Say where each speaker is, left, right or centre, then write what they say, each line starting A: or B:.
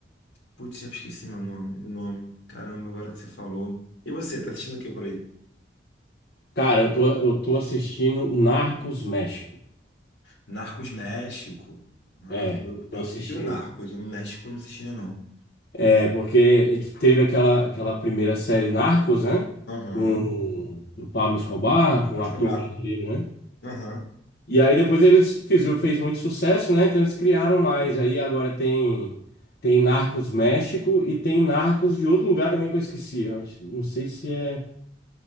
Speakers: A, on the left; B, on the left.
A: Putz, já esqueci meu nome, o nome. Caramba, agora que você falou. E você, tá assistindo o que por aí?
B: Cara, eu tô, eu tô assistindo Narcos México.
A: Narcos México. Ah,
B: É,
A: eu,
B: tô
A: eu
B: assistindo.
A: assisti o Narcos, o México eu não assisti ainda não.
B: É, porque teve aquela, aquela primeira série Narcos, né?
A: Aham.
B: Com do Pablo Escobar,
A: Vou
B: com o
A: Escobar.
B: Arthur Brasileiro, né?
A: Aham.
B: E aí depois eles fizeram, fez muito sucesso, né? Então eles criaram mais. Aí agora tem tem Narcos México e tem Narcos de outro lugar também que eu esqueci. Eu acho- não sei se é,